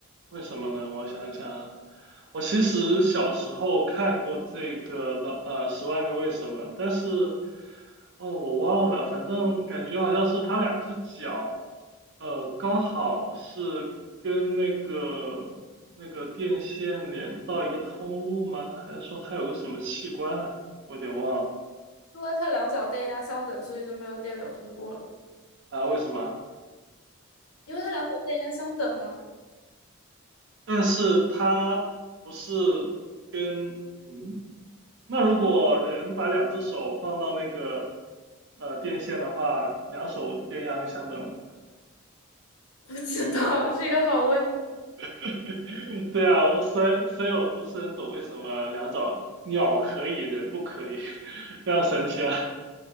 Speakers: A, on the right; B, on the left.
A: 为什么呢？我想想啊，我其实小时候看过这个的，呃，《十万个为什么》，但是，哦，我忘了，反正感觉好像是他两只脚，呃，刚好是跟那个那个电线连到一个通路吗？还是说他有个什么器官啊？我有点忘了
B: 因为它两脚电压相等，所以就没有电流通过了。
A: 啊，为什么啊？
B: 因为它两脚电压相等啊。
A: 但是它不是跟嗯，那如果人把两只手放到那个呃电线的话，两手电压会相等吗？
B: 不知道 <laughs>，是一个好问题，
A: <laughs> 对啊，我虽然虽然我不是很懂为什么两爪鸟可以，人不可以，<laughs> 非常神奇啊。